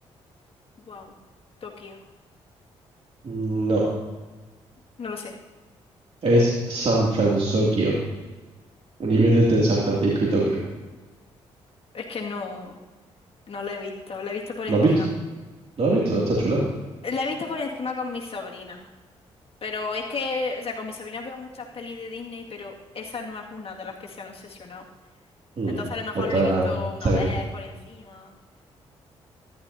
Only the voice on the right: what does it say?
No,
es San Francisco. Un nivel entre San Francisco y Tokio.
¿No has visto? ¿Lo has visto? Está chula.
Mm,
Está,
está bien.